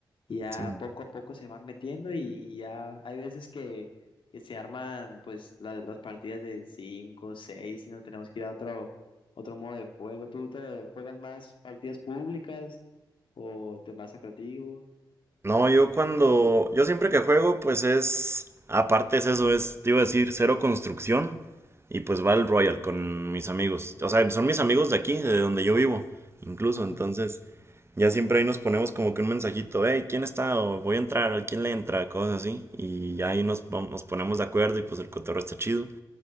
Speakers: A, on the left; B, on the right.
A: y ya
B: Sí, bueno.
A: poco a poco se van metiendo y, y ya hay veces que, que se arman pues la- las partidas de 5 6 y nos tenemos que ir a otro, otro modo de juego. ¿Tú te juegas más partidas públicas o te vas a creativo?
B: No, yo cuando. Yo siempre que juego, pues es. Aparte es eso, es, te iba a decir, cero construcción. Y pues va el Royal con mis amigos. O sea, son mis amigos de aquí, de donde yo vivo. Incluso,
A: Ujú.
B: entonces. Ya siempre ahí nos ponemos como que un mensajito, hey, ¿quién está? O voy a entrar, ¿quién le entra? Cosas así. Y ya ahí nos, vamos- nos ponemos de acuerdo y pues el cotorreo está chido.